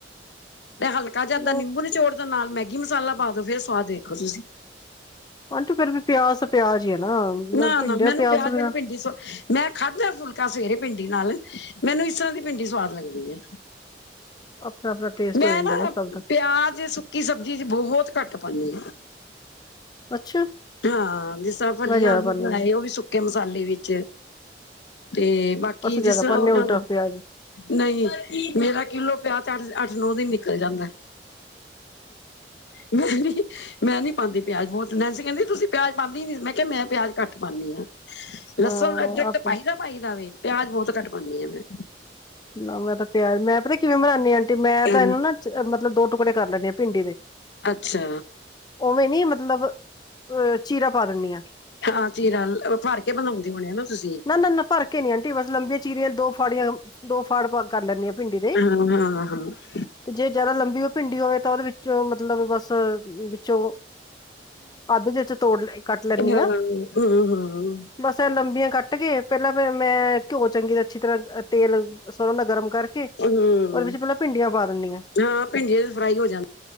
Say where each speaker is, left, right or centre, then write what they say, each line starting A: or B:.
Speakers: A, on the left; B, on the left.
A: ਤੇ ਹਲਕਾ ਕਜ ਇਦਾਂ
B: ਓ
A: ਨਿੰਬੂ ਨਿਚੋੜ ਦੋ ਨਾਲ ਮੈਗੀ ਮਸਾਲਾ ਪਾ ਦੋ ਫੇਰ ਸਵਾਦ ਦੇਖੋ ਤੁਸੀਂ।
B: ਆਂਟੀ ਫੇਰ ਵੀ ਪਿਆਸ ਪਿਆਜ ਹੀ ਆ ਨਾ।
A: ਨਾ
B: ਭਿੰਡੀਆਂ
A: ਨਾ ਮੈਨੂੰ ਪਿਆਜ
B: ਤੋਂ ਬਿਨਾਂ
A: ਵਾਲੀ ਭਿੰਡੀ ਸ ਮੈਂ ਖਾਧਾ ਫੁਲਕਾ ਸਵੇਰੇ ਭਿੰਡੀ ਨਾਲ ਮੈਨੂੰ ਇਸ ਤਰ੍ਹਾਂ ਦੀ ਭਿੰਡੀ ਸਵਾਦ ਲੱਗਦੀ ਹੈ।
B: ਆਪਣਾ-ਆਪਣਾ ਟੇਸਟ
A: ਮੈਂ
B: ਹੋ ਜਾਂਦਾ
A: ਨਾ
B: ਸਭ ਦਾ,
A: ਪਿਆਜ ਕਿ ਸਬਜ਼ੀ ਚ ਬੋਹਤ ਘੱਟ ਪਾਨੀ
B: ਅੱਛਾ
A: ਆ, ਹਾਂ ਜਿਸ ਤਰ੍ਹਾਂ ਫਲੀਆਂ
B: ਮੈਂ ਜ਼ਿਆਦਾ
A: ਆਲੂ
B: ਪਾਨੀ
A: ਬਨਾਏ
B: ਆ,
A: ਉਹ ਵੀ ਸੁੱਕੇ ਮਸਾਲੇ ਵਿੱਚ ਤੇ ਬਾ ਕੀ
B: ਅਸੀਂ
A: ਜਿਸ
B: ਜ਼ਿਆਦਾ
A: ਤਰਾਂ
B: ਪਾਨੇ ਆ ਉਲਟਾ ਪਿਆਜ।
A: ਨਹੀਂ, ਮੇਰਾ ਕਿਲੋ ਪਿਆ ਚ ਅੱਠ, ਅੱਠ-ਨੋ ਦਿਨ ਨਿਕਲ ਜਾਂਦਾ ਐ। ਮੈਂ ਨੀ, ਮੈਂ ਨੀ ਪਾਂਦੀ ਪਿਆਜ ਬਹੋਤ, ਨੈਂਸੀ ਕਹਿੰਦੀ ਤੁਸੀਂ ਪਿਆਜ ਪਾਂਦੇ ਨੀ ਮੈਂ ਮੈਂ ਪਿਆਜ ਘੱਟ ਪਾਨੀ ਆਂ,
B: ਹਾਂ
A: ਲਸਨ ਅਦਰਕ
B: ਆਪ
A: ਤੇ ਪਾਈਦਾ ਪਾਈ ਦਾ ਵੇ, ਪਿਆਜ ਬੋਤ ਘੱਟ ਪਾਨੀ ਆ ਮੈਂ।
B: ਨਾ ਮੈਂ ਤਾਂ ਪਿਆਜ ਮੈਂ ਪਤਾ ਕਿਵੇਂ ਬਨਾਨੀ ਆਂਟੀ? ਮੈਂ
A: ਹੂੰ,
B: ਤਾਂ ਇਹਨੂੰ ਨਾ ਮਤਲਬ ਦੋ ਟੁਕੜੇ ਕਰ ਲੈਨੀ ਆਂ ਭਿੰਡੀ ਦੇ।
A: ਅੱਛਾ।
B: ਉਵੇਂ ਨੀ ਮਤਲਬ ਅ ਚੀਰਾ ਪਾ ਦਿੰਨੀ ਆਂ।
A: ਹਾਂ ਚੀਰਾ ਭਰ ਕੇ ਬਣਾਉਂਦੇ ਹੋਣੇ ਨਾ ਤੁਸੀਂ।
B: ਨਾ ਨਾ ਨਾ ਭਰ ਕੇ ਨੀ ਆਂਟੀ, ਬਸ ਲੰਬੀਆਂ ਚੀਰੀਆਂ ਦੋ ਫਾੜੀਆਂ ਦੋ ਫਾੜ ਭਰ ਕਰ ਲੈਂਨੀ ਆਂ ਭਿੰਡੀ ਦੇ।
A: ਹਾਂ ਹਾਂ ਹਾਂ।
B: ਤੇ ਜੇ ਜ਼ਿਆਦਾ ਲੰਬੀ ਭਿੰਡੀ ਹੋਵੇ ਤਾਂ ਉਹਦੇ ਵਿੱਚੋਂ ਮਤਲਬ ਬਸ ਵਿੱਚੋਂ ਅੱਧ ਵਿੱਚ ਤੋੜ, ਕੱਟ ਲੈਂਨੀ
A: ਹਾਂ
B: ਆਂ।
A: ਹੂੰ ਹੂੰ
B: ਬਸ ਲੰਬੀਆਂ ਕੱਟ ਕੇ ਪਹਿਲਾਂ ਫੇਰ ਮੈਂ ਘਿਓ ਚੰਗੀ, ਅੱਛੀ ਤਰ੍ਹਾਂ ਤੇਲ ਬਸ ਓਸ ਨਾਲ ਗਰਮ ਕਰਕੇ
A: ਹੂੰ
B: ਉਹਦੇ ਵਿੱਚ ਪਹਿਲਾਂ ਭਿੰਡੀਆਂ ਪਾ ਦੇਨੀ ਆਂ।
A: ਹਾਂ ਭਿੰਡੀਆਂ ਚ ਫਰਾਈ ਹੋ ਜਾਂ